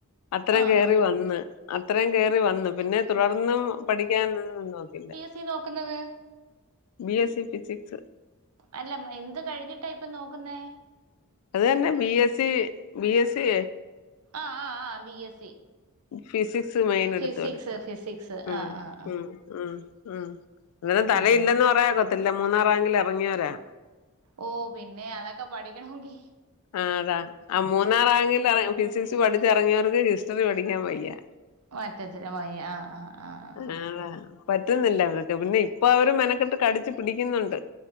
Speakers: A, on the left; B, on the right.
A: അത്രേം
B: ആഹ്
A: കേറിവന്ന്
B: ആഹ്
A: അത്രേം കേറിവന്നു പിന്നെതുടർന്നും പഠിക്കൻന്നൊന്നും നോക്കീല.
B: ഇ നോക്കുന്നത്
A: ബി എസ് സി ഫിസിക്സ്
B: അല്ല എന്ത് കഴിഞ്ഞിട്ടാ ഇപ്പൊ നോക്കുന്നേ
A: അത് തന്നെ B S C B S C
B: ആഹ് ആഹ് ആഹ് B S C
A: physics main എടുത്തോടിച്ച
B: ഫിസിക്സ് ഫിസിക്സ്
A: ഉം
B: ആ ആ ആ
A: ഉം ആഹ് ആഹ് അന്നും തലയില്ലന്ന്
B: ഉം
A: പറയാക്കത്തില്ല മൂന്നാ റാങ്കിൽ ഇറങ്ങിയവരാ
B: ഓ പിന്നെ അതൊക്കെ പഠിക്കണെങ്കി
A: ആഹ് അതാ ആ മൂന്നാറാ ഫിസിക്സ് പഠിച്ച് ഇറങ്ങിയവർക്ക് ഹിസ്റ്ററി പഠിക്കാൻ വയ്യ
B: വറ്റത്തിനെ വയ്യ ആഹ് ആഹ് ആഹ്
A: ആ പറ്റുന്നില്ല അവർക്ക് പിന്നെ ഇപ്പൊ അവരും മെനക്കെട്ട് കടിച്ചു പിടിക്കുന്നുണ്ട്